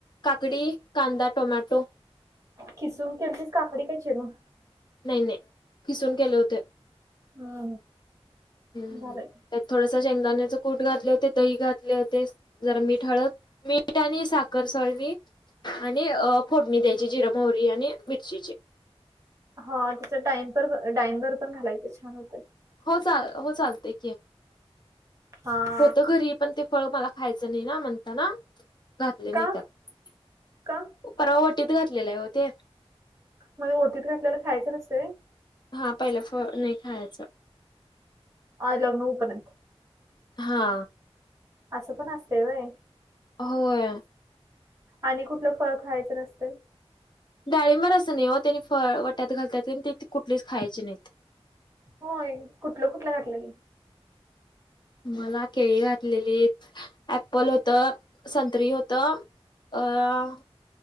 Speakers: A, on the left; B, on the right.
A: काकडी कांदा टोमाॅटो
B: खिसून केलतीस काकडी काय चिरून
A: नाय नाय खिसून केल्याव होते
B: हम्म
A: हम्म
B: हम् झालं
A: त्यात थोडसं शेंगदाण्याचे कूट घातले होते दही घातले होते जरा मीठ हळद मीठ आणि साखर सॉरी आणि अ फोडणी द्यायची जिरं मोहरी आणि मिरचीची
B: हा त्याचं टाइमपर डाळींब पण घालायचं छान होतं
A: हो चा हो चालतंय की
B: हा
A: होतं घरी पण ते फळ मला खायचं नाही ना म्हणताना घातले नाही
B: का
A: त्यात
B: का
A: परवा ओटीत घातलेले आहे ओ ते
B: मग ओटीत घातलेलं खायचं नसतंय
A: हा पहिलं फळ नाही खायाचं
B: आल्याव नऊपर्यंत
A: हा
B: असं पण असतंय व्हय
A: होय
B: आणि कुठलं फळ खायचं नसतंय
A: डाळिंबर असं नाही ओ त्यांनी फळ वट्यात घालत्यात प ते कुठलेच खायचे नाहीत
B: हो कुठलं कुठलं घातलेलं
A: मला केळी घातलेलीत ऍप्पल होतं संत्री होतं अ